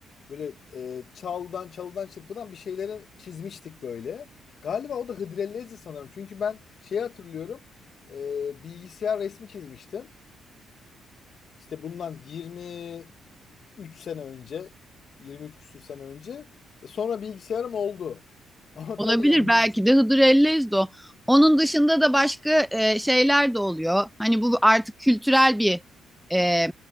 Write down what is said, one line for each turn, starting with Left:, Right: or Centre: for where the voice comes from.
Left: Böyle e, çaldan çalıdan çırpıdan bir şeyleri çizmiştik böyle. Galiba o da hıdrellezdi sanırım. Çünkü ben şeyi hatırlıyorum. E, bilgisayar resmi çizmiştim. İşte bundan 23 sene önce. 23 küsür sene önce. E, sonra bilgisayarım oldu. <laughs> Ama
Centre: Olabilir
Left: tabii yani
Centre: belki
Left: bir...
Centre: de Hıdır Ellezdo. Onun dışında da başka e, şeyler de oluyor. Hani bu artık kültürel bir e,